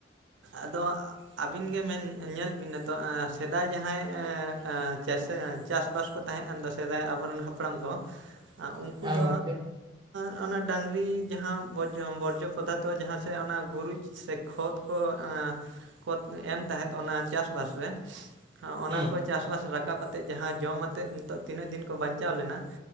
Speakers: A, on the right; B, on the right.
A: ᱟᱫᱚ ᱟᱜᱼᱼ ᱟᱹᱵᱤᱱ ᱜᱮ ᱢᱮᱱ ᱧᱮᱞ ᱵᱤᱱ ᱱᱤᱛᱚᱜ ᱟᱸ ᱥᱮᱫᱟᱭ ᱡᱟᱦᱟᱸᱭ ᱟᱸ ᱟᱸ ᱪᱟᱥᱟ ᱪᱟᱥ ᱵᱟᱥ ᱠᱚᱛᱼᱼ ᱛᱟᱦᱮ ᱟᱸᱫᱚ ᱥᱮᱫᱟᱭ ᱟᱵᱚᱨᱮᱱ ᱦᱟᱯᱲᱟᱢ ᱠᱚ, ᱟᱸ ᱩᱱᱠᱩ
B: ᱠᱮᱫᱟ᱾ ᱦᱮᱸ
A: ᱫᱚ
B: ᱜᱚᱝᱠᱮ
A: ᱟᱸ ᱼᱼ ᱚᱱᱟ ᱰᱟᱝᱨᱤ ᱡᱟᱦᱟᱸ ᱰᱚᱡ ᱵᱚᱨᱡᱚ ᱯᱚᱫᱟᱨᱛᱷᱚ ᱡᱟᱦᱟᱸ ᱥᱮ ᱚᱱᱟ ᱜᱩᱨᱤᱡ ᱥᱮ ᱠᱷᱚᱛ ᱠᱚ ᱟᱸᱼᱼ ᱠᱚᱛ ᱮᱢ ᱛᱟᱦᱮᱸᱫ ᱚᱱᱟ ᱪᱟᱥᱵᱟᱥ ᱨᱮ, ᱚᱱᱟ
B: ᱦᱩᱸ
A: ᱠᱚᱼᱼ ᱪᱟᱥᱵᱟᱥ ᱨᱟᱠᱟᱵ ᱟᱛᱮ, ᱡᱟᱦᱟᱸ ᱡᱚᱢ ᱟᱛᱮ ᱱᱤᱛᱚᱜ ᱛᱤᱱᱟᱹᱜ ᱫᱤᱱ ᱠᱚ ᱵᱟᱧᱪᱟᱣ ᱞᱮᱱᱟ᱾